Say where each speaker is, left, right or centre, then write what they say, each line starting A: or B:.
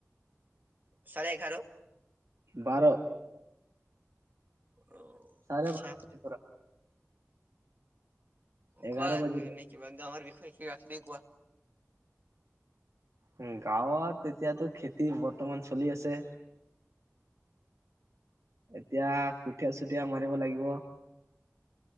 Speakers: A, on the right; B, on the right.
A: চাৰে এঘাৰ।
B: বাৰ
A: অঁ
B: চাৰে
A: আচ্ছা।
B: বাৰ বজাৰ পৰা এঘাৰ
A: কোৱা আৰু
B: বাজিলে
A: এনেই কিবা গাঁওৰ বিষয়ে কিবা কিবি কোৱা।
B: উম গাঁৱত এতিয়াতো খেতি বৰ্তমান চলি আছে এতিয়া কুঠিয়া চুতিয়া মাৰিব লাগিব।